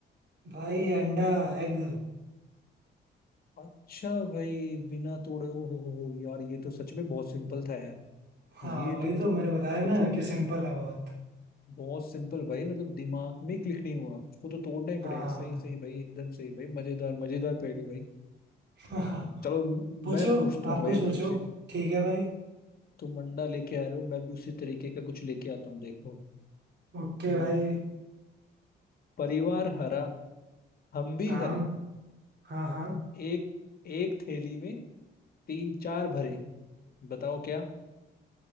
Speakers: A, on the right; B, on the left.
A: भाई अंडा एग
B: अच्छा भाई बिना तोड़े ओ हो हो हो यार ये तो सच में बहुत सिंपल था यार
A: हाँ
B: ये
A: वही
B: तो मतलब
A: तो मैंने बताया
B: सोचो
A: ना कि सिंपल है बहुत
B: बहुत सिंपल भाई मतलब दिमाग में क्लिक नहीं हुआ उसको तो तोड़ना ही पड़ेगा
A: हाँ
B: सही सही भाई एकदम सही भाई मजेदार मजेदार पहेली भाई
A: <laughs> हाँ
B: चलो म-
A: पूछो
B: मैं पूछता
A: आप
B: हूँ भाई
A: कुछ पूछो
B: तुमसे
A: ठीक है भाई
B: तुम अंडा लेके आ रहे हो मैं भी उसी तरीके का कुछ लेके आता हूँ देखो
A: ओके
B: अ,
A: भाई
B: परिवार हरा हम भी
A: हाँ
B: हरे
A: हाँ हाँ
B: एक एक थैली में तीन चार भरे बताओ क्या